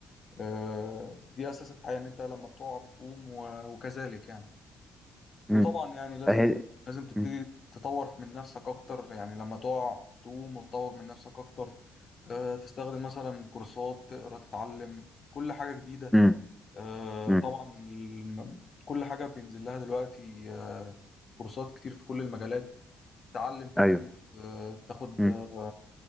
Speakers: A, on the left; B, in the centre.
A: آه، دي اساس الحياة ان انت لما بتقع بتقوم و- وكذلك يعني وطبعا
B: مم.
A: يعني لازم
B: أهي-
A: لازم تبتدي
B: مم.
A: تطور من نفسك اكتر يعني لما تقع تقوم وتطور من نفسك اكتر آه، تستخدم مثلا كورسات تقرا تتعلم كل حاجة جديدة
B: مم.
A: آه،
B: مم.
A: طبعا الم- كل حاجة بينزل لها دلوقتي آه، كورسات كتير في كل المجالات تتعلم تبتدي
B: ايوه
A: آه، تاخد
B: مم.
A: آه،